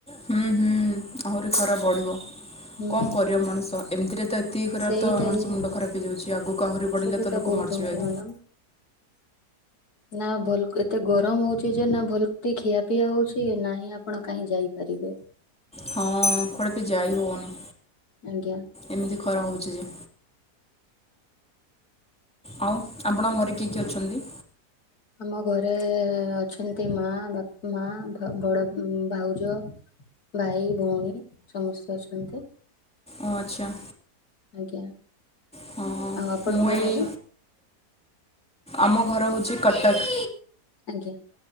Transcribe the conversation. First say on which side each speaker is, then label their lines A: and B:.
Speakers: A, in the centre; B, on the left (about 70°).
A: ହୁଁ ହୁଁ ଆହୁରି ଖରା ବଢିବ।
B: ହୁଁ।
A: କଁ ‌କରିବ ମଣିଷ ଏମ୍‌ତିରେ ତ ଏତିକି ଖରା
B: ସେଇଟା
A: ତ ମଣିଷ
B: ହିଁ
A: ମୁଣ୍ଡ ଖରାପ ହେଇଯାଉଚି ଆଗକୁ ଆହୁରି
B: ଅସୁବିଧା
A: ବଢିଲେ ତ ଲୋ
B: ବହୁତ
A: କ ମର୍‌ଯିବେ
B: ହଉଛି
A: <inaudible>
B: ମ୍ୟାଡାମ। ନା ଭଲ୍‌ ଏତେ ଗରମ ହଉ ଯେ ନା ଭଲ୍‌ କି ଖିଆ ପିଆ ହଉଛି ନାହିଁ ଆପଣ କାହିଁ ଯାଇପାରିବେ।
A: ହଁ କୁଆଡେ ପି ଯାଇ ହଉନି।
B: ଆଜ୍ଞା।
A: ଏମିତି ଖରା ହଉଛି ଯେ। ଆଉ ଆପଣଙ୍କ ଘରେ କିଏ କିଏ ଅଛନ୍ତି?
B: ଆମ ଘରେ ଅଛନ୍ତି ମା, ବାପ୍‌, ମା ବଡ ଭାଉଜ ଭାଇ ଭଉଣୀ ସମସ୍ତେ ଅଛନ୍ତି।
A: ଓ ଆଚ୍ଛା।
B: ଆଜ୍ଞା।
A: ହଁ
B: ଆଉ ଆପଣଙ୍କ
A: ମୁଁ ଏଇ
B: ଘରେ?
A: ଆମ ଘର ହଉଚି କଟକ୍।
B: ଆଜ୍ଞା।